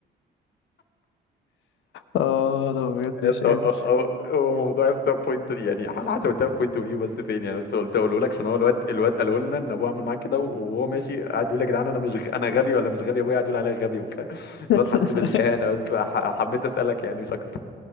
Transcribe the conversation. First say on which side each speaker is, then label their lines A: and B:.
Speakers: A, on the left (about 80°); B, on the left (about 55°).
A: اه ده بجد
B: يا
A: مش
B: اسطى
A: قادر
B: هو هو- هو موضوع يا اسطى بوينت يعني على حسب انت في بوينت اوف فيو بس فين يعني بس قلت اقوله لك عشان هو الواد الواد قاله لنا ان ابوه عامل معاه كده وهو ماشي قاعد يقول يا جدعان انا مش غ- انا غبي ولا مش غبي ابويا قاعد يقول عليا غبي وبتاع
A: <laughs>
B: الواد حس بالاهانه بس فح- حبيت اسالك يعني مش اكتر